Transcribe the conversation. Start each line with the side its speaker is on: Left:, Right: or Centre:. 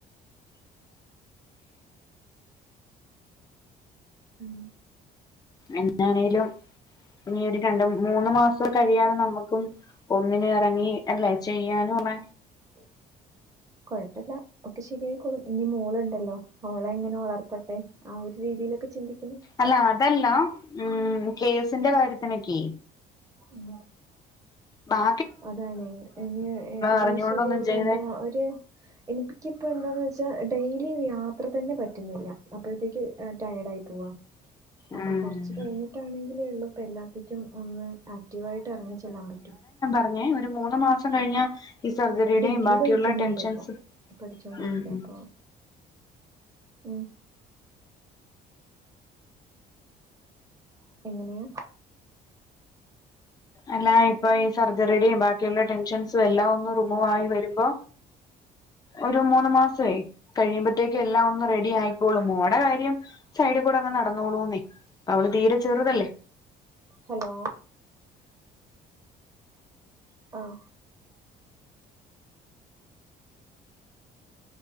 Right: ഉം
Left: എാന്നണേലും ഇനി ഒരു രണ്ട് മൂന്ന് മാസം കഴിയാതെ നമ്മുക്കും ഒന്നിന് ഇറങ്ങി അല്ലേ ചെയ്യാനും ഉള്ള
Right: ശ <unintelligible> കൊഴപ്പല്ല്യ ഒക്കെ ശരിയായിക്കോളും ഇനി മോളുണ്ടല്ലോ അവളെ എങ്ങനെ വളർത്തട്ടെ ആ ഒരു രീതിയിലൊക്കെ ചിന്തിക്കുന്നു
Left: അല്ല അതല്ല ഉം കേസിന്റെ കാര്യത്തിനൊക്കെ
Right: <inaudible>
Left: ബാ
Right: അതാണ് ഏകദേശം
Left: അറിഞ്ഞോണ്ടൊന്നും
Right: ഒരു
Left: ചെയ്തെ
Right: രണ്ട് മാ ഒരു എനിക്കിപ്പോ എന്താന്ന് വെച്ചാ ഡെയിലി യാത്ര തന്നെ പറ്റുന്നില്ല അപ്പോഴത്തേക്ക് ടയേർഡ് ആയി പോവാ അപ്പൊ
Left: ഉം
Right: കുറച്ച കഴിഞ്ഞിട്ടാണെങ്കിൽ ഉള്ളൂ ഇപ്പ എല്ലാത്തേക്കും ഒന്ന് ആക്റ്റീവ് ആയിട്ട് ഇറങ്ങി ചെല്ലാൻ പറ്റൂ
Left: അങ്ങനെ ഒരു മൂന്ന് മാസം കഴിഞ്ഞ ഈ സർജറിയുടെയും
Right: ഡിഗ്രി
Left: ബാക്കിയുള്ള
Right: പഠിക്കുന്നുണ്ട്
Left: ടെൻഷൻസും
Right: ഇപ്പൊ പഠിച്ചോണ്ടിരിക്ക
Left: ഉം ഉം
Right: അപ്പൊ ഉം എങ്ങനെയാ
Left: അല്ലാ ഇപ്പൊ ഈ സർജറിയും ബാക്കിയുള്ള ടെൻഷൻസും എല്ലാം ഒന്നും റിമൂവ് ആയി വരുമ്പോ ഒരു മൂന്ന് മാസമായി കഴിയുമ്പോത്തേക്ക് എല്ലാം ഒന്ന് റെഡി ആയിക്കോളും മോൾടെ കാര്യം സൈഡ് കൂടെ അങ്ങ് നടന്നോളൂന്നേ അ അവള് തീരെ ചെറുതല്ലേ
Right: ഹലോ ആഹ